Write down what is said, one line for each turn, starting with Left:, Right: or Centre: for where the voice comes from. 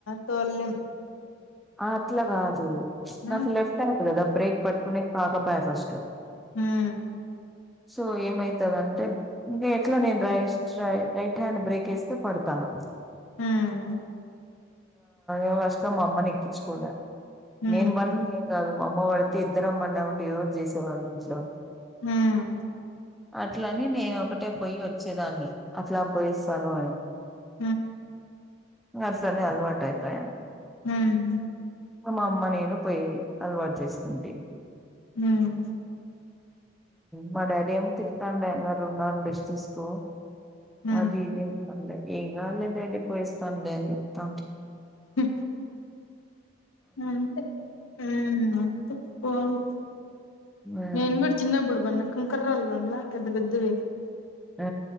Left: తోల్లేం
Centre: అట్లా కాదు
Left: ఉ
Centre: నాకు లెఫ్ట్ హ్యాండ్ కదా బ్రేక్ పట్టుకునే కాకపోయ ఫస్ట్
Left: హ్మ్
Centre: సో ఏమైతదంటే ఇంకా ఎట్లా నేను రై రైట్ హ్యాండ్ బ్రేక్ వేస్తే పడతా ఆ
Left: హ్మ్
Centre: ఇ ఫస్ట్ లో మా అమ్మని ఎక్కించుకలే
Left: ఉ
Centre: నేను బని ఏం కాదు మా అమ్మ పడితే ఇద్దరు అమ్మం అమండి ఎవరు చేసేవాళ్ళు ఇంట్లో
Left: హ్మ్
Centre: అట్లని నేను ఒకటే పోయి వచ్చేదాన్ని అట్లా పోయిస్తాను అని
Left: ఆ
Centre: అట్నే అల్వర్ట్ అయిపోయి
Left: హ్మ్
Centre: మా మా అమ్మ నేను పోయి అలవాటు చేసుకుంటే
Left: హ్మ్
Centre: మా డాడీ ఏమ తిరుతాం రెండు నాలుగు రెస్ట్ తీసుకో
Left: ఉ
Centre: అది ఇది అంటం ఏం కాదులే డాడీ పోయి వాస్తా లే అని చెప్తా
Left: హ అంతే హ్మ్ అంతే పోవాలి
Centre: మ్మ్
Left: నేను కూడా చిన్నపుడు పడిన్న కంకర్రాలుంలా పెద్ద పెద్దవి
Centre: ఆ